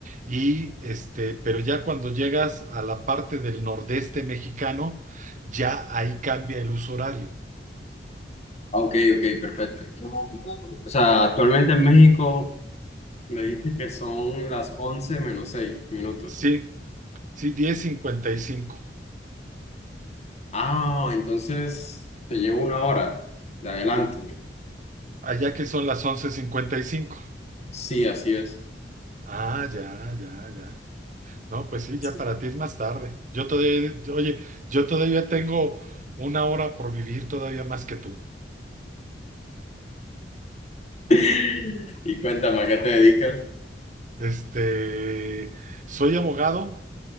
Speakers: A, on the right; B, on the left.
A: y este, pero ya cuando llegas a la parte del nordeste mexicano, ya ahí cambia el uso horario.
B: Ah, ok, ok, perfecto. O sea, actualmente en México me dijiste que son las 11 menos 6 minutos.
A: Sí, sí, diez cincuenta y cinco
B: Ah, entonces te llevo una hora de adelanto.
A: Allá que son las once cincuenta y cinco
B: Sí, así es.
A: Ah, ya, ya, ya. No, pues sí,
B: Sí.
A: ya para ti es más tarde. Yo todavía, oye, yo todavía tengo una hora por vivir todavía más que tú.
B: <laughs> Y cuéntame, ¿a qué te dedicas?
A: Este, soy abogado,